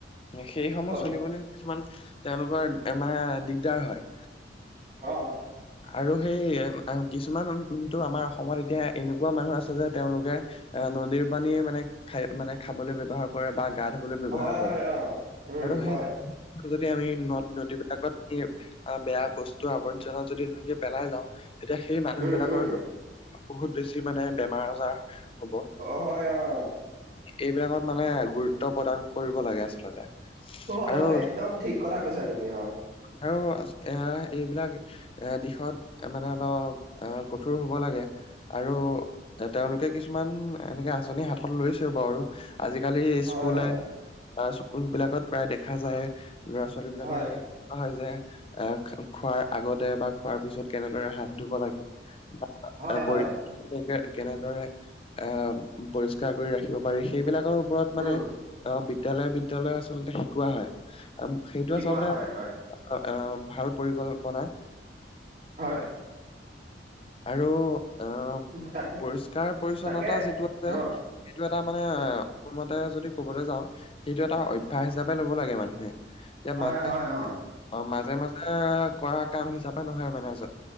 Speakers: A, on the left; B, on the right.
A: সেই সময়ত
B: হয়
A: চলিবলৈ কিছুমান, তেওঁলোকৰ মানে দিগদাৰ হয়।
B: অ'।
A: আৰু সেই কিছুমানটো আমাৰ অসমত এতিয়া এনেকুৱা মানুহ আছে যে তেওঁলোকে আহ! নদীৰ পানীয়ে মানে খাই মানে খাবলৈ ব্যৱহাৰ কৰে বা গাঁ ধুবলৈ ব্যৱহাৰ
B: হয়
A: কৰে।
B: হয় অ উম
A: আৰু সেই
B: হয়
A: যদি আমি নদ-নদীবিলাকত বেয়া বস্তু আৱৰ্জনা যদি তেনেকে পেলাই যাওঁ, তেতিয়া সেই মানুহ
B: উম
A: বিলাকৰটো
B: উম
A: বহুত বেছি মানে বেমাৰ-আজাৰ হ'ব।
B: অ', হয়, অ'।
A: এইবিলাকত মানে গুৰুত্ব প্ৰদান কৰিব লাগে, আচলতে।
B: অ', হয়,
A: আৰু
B: হয়, একদম ঠিক কথা কৈছা তুমি অ'।
A: আৰু এয়া এইবিলাক এ দিশত মানে অলপ এ কঠোৰ হ'ব লাগে। আৰু এ তেওঁলোকে কিছুমান এনেকে আঁচনি হাতত লৈছে বাৰু। আজিকালি স্কুলে
B: হয় হয়
A: আহ! স্কুল বিলাকত প্ৰায় দেখা যায় ল'ৰা-ছোৱালী বিলাকৰ
B: হয়
A: এনেকে শিকোৱা হয় যে এ <unintelligible> খোৱাৰ আগতে বা খোৱাৰ পিছত কেনেদৰে হাত ধুব লাগে, তাৰ
B: হয়
A: উপৰি
B: হয়
A: কেনেকে, কেনেদৰে আহ! পৰিষ্কাৰ কৰি ৰাখিব পাৰি, সেইবিলাকৰ ওপৰত মানে
B: উম
A: আহ! বিদ্যালয়, বিদ্যালয় আচলতে শিকোৱা হয়। সেইটো
B: শিকোৱা
A: আচলতে
B: হয় হয়
A: এ ভাল পৰিকল্পনা।
B: হয়।
A: আৰু আহ!
B: তাকে
A: পৰিষ্কাৰ-পৰিচ্ছন্নতা
B: তাকে
A: যিটো আছে
B: অ
A: সেইটো এটা মানে মোৰ
B: উম,
A: মতে যদি কবলৈ যাওঁ সেইটো এটা অভ্যাস হিচাপে ল'ব লাগে মানুহে। এতিয়া
B: হয়
A: <unintelligible>
B: হয় অ
A: অ', মাজে-মাজে কৰা কাম হিচাপে নহয় মানে আচল।